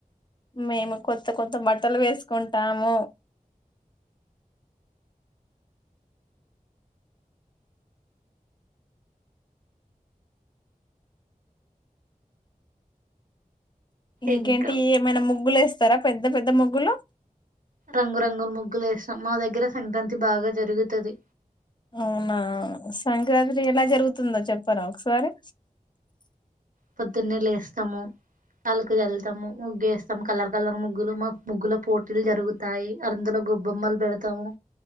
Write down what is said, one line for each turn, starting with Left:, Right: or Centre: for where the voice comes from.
Left: మేము కొత్త కొత్త బట్టలు వేసుకుంటాము ఇంకేంటి
Right: ఇంకా
Left: ఏమైనా ముగ్గులు వేస్తారా పెద్ద పెద్ద ముగ్గులు
Right: రంగు రంగులు ముగ్గులు వేస్తాం మా దగ్గర సంక్రాంతి బాగా జరుగుతది
Left: అవునా సంక్రాంతి ఎలా జరుగుతుందో చెప్ చెప్పరా ఒకసారి
Right: పొద్దున్నే లేస్తాము అల్లుకు చల్లుతాము ముగ్గు వేస్తాం కలర్ కలర్ ముగ్గులు మా ముగ్గుల పోటీలు జరుగుతాయి అందులో గొబ్బెమ్మలు పెడతాము